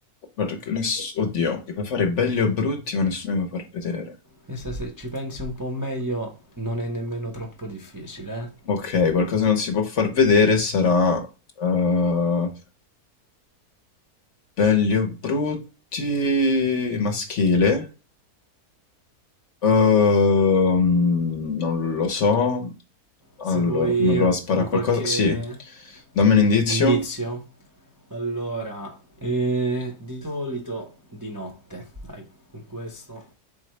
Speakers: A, on the left; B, on the right.
A: guarda che ness- Oddio, li puoi fare belli o brutti, ma nessuno li può far vedere.
B: Questa se ci pensi un po' meglio non è nemmeno troppo difficile, eh.
A: Ok, qualcosa che non si può far vedere sarà... eh, belli o brutti... maschile. Ehm, non lo so.
B: Se
A: Allora,
B: vuoi,
A: come prova a sparare
B: vuoi
A: a
B: qualche
A: qualcosa? Sì. Dammi un indizio.
B: indizio? Allora, eh, di solito di notte. Dai, con questo